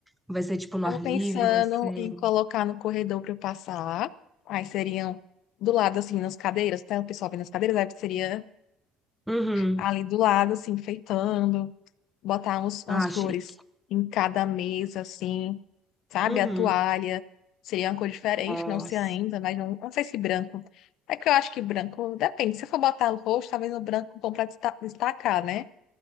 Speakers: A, in the centre; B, on the left.
A: Vai ser tipo no
B: Tava
A: ar
B: pensando
A: livre? Vai ser.
B: em colocar no corredor para eu passar. Aí seriam do lado, assim, nas cadeiras, tá? O pessoal vendo nas cadeiras, aí seria
A: Uhum.
B: ali do lado, assim, enfeitando, botar uns, umas
A: Ah,
B: flores
A: chique.
B: em cada mesa, assim. sabe?
A: Uhum.
B: A toalha seria uma cor diferente,
A: Nossa.
B: não sei ainda, mas não, não sei se branco. É que eu acho que branco, depende. Se for botar o rosto, talvez no branco bom para destacar, né?